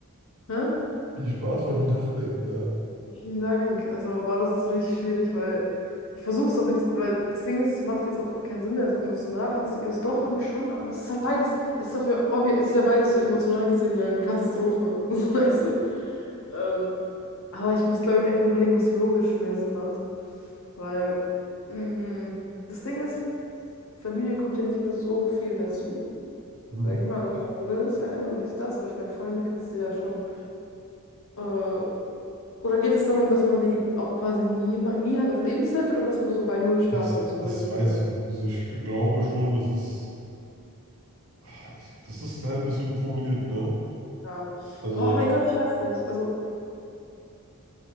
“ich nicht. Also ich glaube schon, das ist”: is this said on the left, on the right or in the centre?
Right